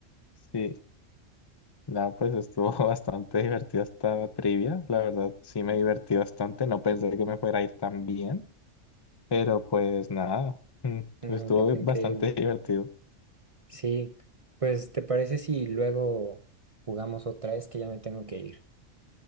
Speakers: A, on the left; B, on the right.
A: Sí, no, pues estuvo <laughs> bastante divertida esta trivia, la verdad sí me divertí bastante, no pensé que me fuera a ir tan bien, pero pues nada, mm,
B: No,
A: estuvo
B: te fue
A: bastante
B: increíble.
A: divertido.
B: Sí, pues ¿te parece si luego jugamos otra vez que ya me tengo que ir?